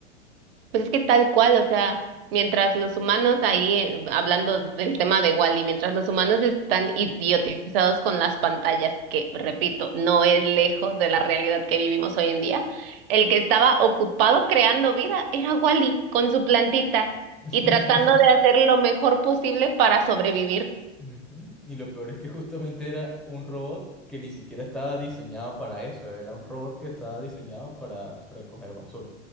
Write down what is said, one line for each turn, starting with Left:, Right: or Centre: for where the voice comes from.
Right: Pues es que tal cual, o sea, mientras los humanos ahí, eh, hablando del tema de Wall-E, mientras los humanos están idiotizados con las pantallas, que repito, no es lejos de la realidad que vivimos hoy en día, el que estaba ocupado creando vida era Wall-E con su plantita
Centre: <laughs>
Right: y tratando de hacer lo mejor posible para sobrevivir.
Centre: Ujú, Y lo peor es que justamente era un robot que ni siquiera estaba diseñado para eso, era un robot que estaba diseñado para recoger basura.